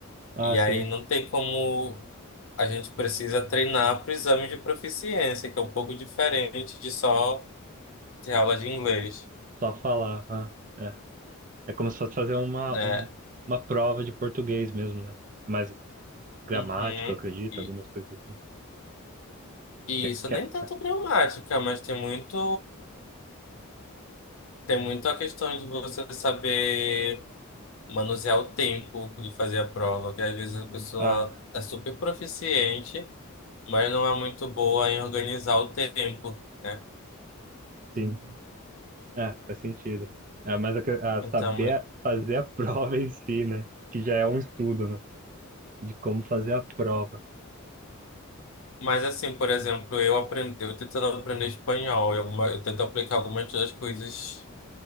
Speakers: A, on the right; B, on the left.
A: Ah,
B: E
A: sim,
B: aí não tem como. A gente precisa treinar para o exame de proficiência, que é um pouco diferente de só ter aula de inglês,
A: só falar. Ah, é. É como se fosse fazer uma,
B: né?
A: um- uma prova de português mesmo, né? É Mais gramática,
B: Uhum.
A: eu acredito,
B: E,
A: algumas coisas assim.
B: e
A: Que-
B: isso
A: que-
B: nem tanto gramática, mas tem muito, tem muito a questão de você saber manusear o tempo de fazer a prova, que às vezes a pessoa
A: ah,
B: é super proficiente, mas não é muito boa em organizar o tempo, né?
A: sim, é, faz sentido. É, mas a, que- a
B: Então,
A: saber fazer a <laughs> prova em si, né? Que já é um estudo, né? de como fazer a prova.
B: Mas assim, por exemplo, eu aprendi, eu tentando aprender espanhol, eu, uma- eu tento aplicar algumas das coisas